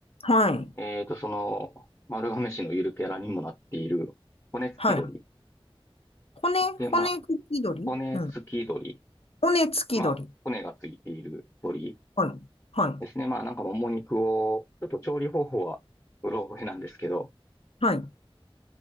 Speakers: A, on the left; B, on the left.
A: はい。
B: えっと、その丸亀市のゆるキャラにもなっている骨付き鳥。
A: はい。骨、
B: で、
A: 骨付き鳥うん。
B: まあ、骨付き鳥。
A: 骨付き鳥。
B: まあ、骨がついている鳥。
A: はい。はい。
B: ですね。まあなんかもも肉を、ちょっと調理方法はうろ覚えなんですけど、
A: はい。